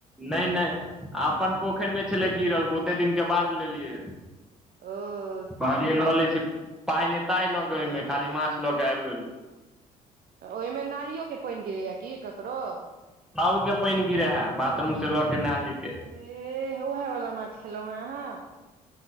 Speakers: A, in the centre; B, on the right (about 60°).
A: नहि नहि अपन पोखैरमे छलै गिरल बहुते दिनके बाद लेलियै।
B: ओ
A: कहलिए
B: ओहिमे
A: ल लै छी पाइ नई ताई लऽ गई है ओइमे खाली माछ लऽ के आबि गेलहु।
B: ओहिमे नालियो के पानि गिरैया की ककरो।
A: सबके पानि गिरे है बाथरूम से लऽ के नाली के।
B: एह उएह वाला माछ खेलौॅं हें अहाँ।